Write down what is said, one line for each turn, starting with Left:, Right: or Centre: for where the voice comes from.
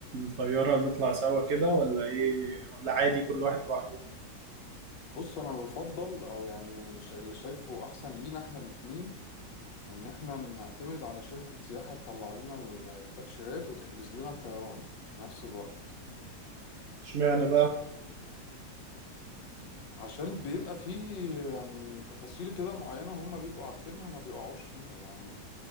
Right: الطيارة نطلع سوا كده ولا ايه ولا عادي كل واحد لوحده
Left: بص انا بفضل او يعني ش- اللي شايفه احسن لينا احنا الاتنين ان احنا نعتمد على شركة سياحة تطلع لنا التأشيرات وتحجز لنا الطيران في نفس الوقت
Right: اشمعنى بقى
Left: عشان بيبقى فيه يعني تفاصيل كده معينة هم بيبقوا عارفينها ما بيقعوش فيها يعني